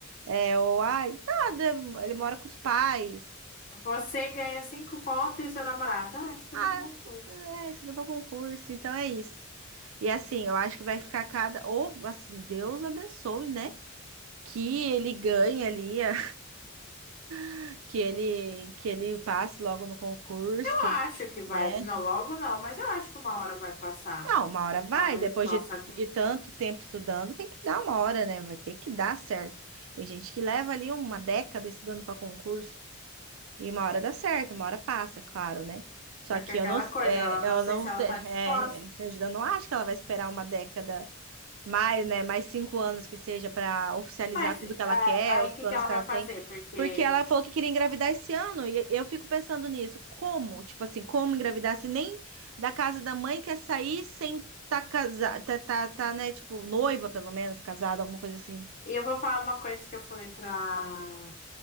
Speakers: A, on the right (about 70°); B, on the left (about 40°).
A: É, ou ai, nada, ele mora com os pais.
B: Você ganha cinco pontos e o seu namorado. Ah, estuda
A: Ah,
B: para concurso.
A: é, estuda para concurso, então é isso. E assim, eu acho que vai ficar cada. Ou assim, Deus abençoe, né? Que ele ganhe ali, a- <laughs> que ele que ele passe logo no concurso,
B: Eu
A: que,
B: acho que vai.
A: né?
B: Não, logo não, mas eu acho que uma hora vai passar.
A: Não, uma hora
B: E
A: vai,
B: uma hora
A: depois
B: eles vão.
A: de,
B: Só que
A: de tanto tempo estudando, tem que dar uma hora, né? Vai ter que dar certo. Tem gente que leva ali uma década estudando para concurso. E uma hora dá certo, uma hora passa, claro, né? Só
B: é
A: que
B: que é aquela
A: eu não,
B: coisa,
A: é,
B: ela
A: eu
B: não sei
A: não,
B: se ela tá disposta.
A: é, eu não acho que ela vai esperar uma década mais, né? Mais cinco anos que seja para oficializar
B: Mas
A: tudo que ela
B: ah,
A: quer,
B: aí
A: os planos
B: o que que ela
A: que
B: vai
A: ela
B: fazer?
A: tem.
B: Porque.
A: Porque ela falou que queria engravidar esse ano, e eu fico pensando nisso. Como? Tipo assim, como engravidar se nem da casa da mãe quer sair sem tá casada, tá, tá, tá, né? Tipo, noiva, pelo menos, casada, alguma coisa assim.
B: E eu vou falar uma coisa que eu falei pra,